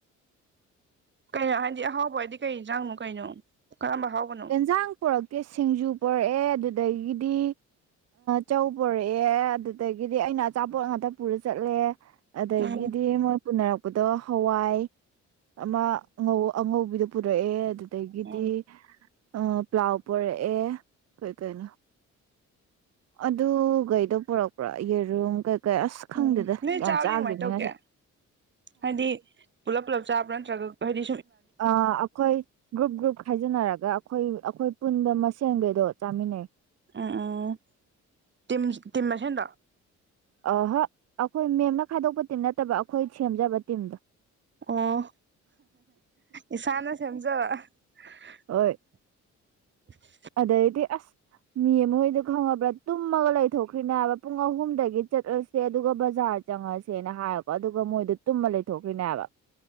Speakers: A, on the right; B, on the right.
A: ꯀꯩꯅꯣ ꯍꯥꯏꯗꯤ ꯑꯍꯥꯎꯕ ꯍꯥꯏꯗꯤ ꯀꯩ ꯆꯥꯡꯅꯣ ꯀꯩꯅꯣ ꯀꯔꯝꯕ ꯑꯍꯥꯎꯕꯅꯣ
B: ꯑꯦꯟꯖꯥꯡ ꯄꯨꯔꯛꯀꯦ ꯁꯤꯡꯖꯨ ꯄꯣꯔꯛꯑꯦ ꯑꯗꯨꯗꯒꯤꯗꯤ ꯆꯧ ꯄꯣꯔꯛꯑꯦ ꯑꯗꯨꯗꯒꯤꯗꯤ ꯑꯩꯅ ꯑꯆꯥꯄꯣꯠ ꯉꯥꯛꯇ ꯄꯨꯔ ꯆꯠꯂꯦ ꯑꯗꯗꯒꯤꯗꯤ
A: ꯎꯝ
B: ꯄꯨꯅꯔꯛꯄꯗꯣ ꯍꯋꯥꯏ ꯑꯃ ꯑꯉꯧꯕꯤꯗꯣ ꯄꯨꯔꯛꯑꯦ ꯑꯗꯨ ꯑꯗꯒꯤꯗꯤ
A: ꯎꯝ
B: ꯑ ꯄ꯭ꯂꯥꯎ ꯄꯔꯛꯑꯦ ꯀꯩ ꯀꯩꯅꯣ ꯑꯗꯨꯈꯩꯗꯣ ꯄꯨꯔꯛꯄ꯭ꯔꯥ ꯌꯦꯔꯨꯝ ꯀꯩꯀꯩ ꯑꯁ
A: ꯎꯝ
B: ꯈꯪꯗꯦꯗ
A: ꯅꯣꯏ
B: ꯌꯥꯝ
A: ꯆꯥꯕꯗꯤ
B: ꯆꯥꯈꯤꯕꯅꯤ
A: ꯀꯃꯥꯏꯅ ꯇꯧꯒꯦ
B: ꯉꯁꯥꯏ
A: ꯍꯥꯏꯗꯤ ꯄꯨꯂꯞ ꯄꯨꯂꯞ ꯆꯥꯕ꯭ꯔꯥ ꯅꯠꯇ꯭ꯔꯒ ꯍꯗꯤ
B: ꯑ ꯑꯩꯈꯣꯏ ꯒ꯭ꯔꯨꯞ ꯒ꯭ꯔꯨꯞ ꯍꯥꯏꯖꯤꯟꯅꯔꯒ ꯑꯩꯈꯣꯏ ꯑꯩꯈꯣꯏ ꯄꯨꯟꯕ ꯃꯁꯦꯟꯒꯩꯗꯣ ꯆꯥꯃꯤꯟꯅꯩ
A: ꯎꯝ ꯎꯝ ꯇ ꯇꯤꯃꯁ ꯍꯗ
B: ꯑꯍ ꯑꯩꯈꯣꯏ ꯃꯦꯝꯅ ꯈꯥꯏꯗꯣꯛꯄ ꯇꯤꯝ ꯅꯠꯇꯕ ꯑꯩꯈꯣꯏ ꯁꯦꯝꯖꯕ ꯇꯤꯝꯗꯣ
A: ꯑꯣ ꯏꯁꯥꯅ ꯁꯦꯝꯖꯕ <unintelligible>
B: ꯍꯣꯏ ꯑꯗꯩꯗꯤ ꯑꯁ ꯃꯤ ꯃꯣꯏꯗ ꯈꯪꯉꯕ꯭ꯔꯥ ꯇꯨꯝꯃꯒ ꯂꯩꯊꯣꯛꯈ꯭ꯔꯤꯅꯦꯕ ꯄꯨꯡ ꯑꯍꯨꯝꯗꯒꯤ ꯆꯠꯂꯁꯦ ꯑꯗꯨꯒ ꯕꯖꯥꯔ ꯆꯪꯉꯁꯦꯅ ꯍꯥꯏꯀꯣ ꯑꯗꯨꯒ ꯃꯣꯏꯗꯣ ꯇꯨꯝꯃ ꯂꯩꯊꯣꯛꯈ꯭ꯔꯤꯅꯦꯕ